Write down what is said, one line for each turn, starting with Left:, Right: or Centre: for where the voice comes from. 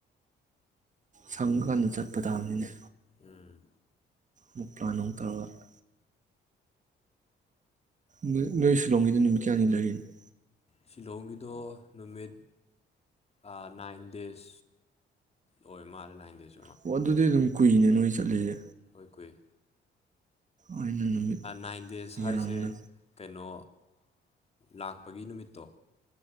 Right: ꯁꯪ ꯀꯥꯟꯗ ꯆꯠꯄ ꯇꯥꯕꯅꯤꯅꯦ
Left: ꯎꯝ
Right: ꯃꯨꯛ ꯄ꯭ꯂꯥꯟꯅꯣꯡ ꯇꯧꯔꯒ ꯅ ꯅꯣꯏ ꯁꯤꯂꯣꯡꯒꯤꯗꯣ ꯅꯨꯃꯤꯠ ꯀꯌꯥꯅꯤ ꯂꯩꯔꯤꯅꯣ
Left: ꯁꯤꯂꯣꯡꯒꯤꯗꯣ ꯅꯨꯃꯤꯠ ꯑ ꯅꯥꯏꯟ ꯗꯦꯁ ꯑꯣꯏꯔ ꯃꯥꯂꯦ ꯅꯥꯏꯟ ꯗꯦꯁ
Right: ꯑꯣ ꯑꯗꯨꯗꯤ ꯑꯗꯨꯝ ꯀꯨꯏꯅꯦ ꯅꯣꯏ ꯆꯠꯂꯤꯖꯦ
Left: ꯍꯣꯏ ꯀꯨꯏ
Right: ꯑꯩꯅ ꯅꯨꯃꯤꯠ
Left: ꯅꯥꯏꯟ ꯗꯦꯖ ꯍꯥꯏꯁꯦ
Right: ꯌꯥꯝꯅ
Left: ꯀꯩꯅꯣ ꯂꯥꯛꯄꯒꯤ ꯅꯨꯃꯤꯠꯇꯣ